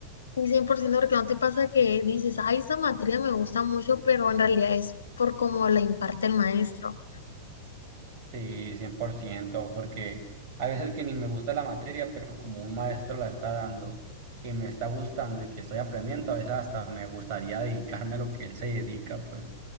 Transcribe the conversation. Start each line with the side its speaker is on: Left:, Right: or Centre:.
Left: Y cien por ciento porque no te pasa que dices, ay, esta materia me gusta mucho, pero en realidad es por cómo la imparte el maestro.
Right: Sí, 100%. porque a veces que ni me gusta la materia, pero como un maestro la está dando, que me está gustando y que estoy aprendiendo, a veces hasta me gustaría dedicarme a lo que él se dedica, pues.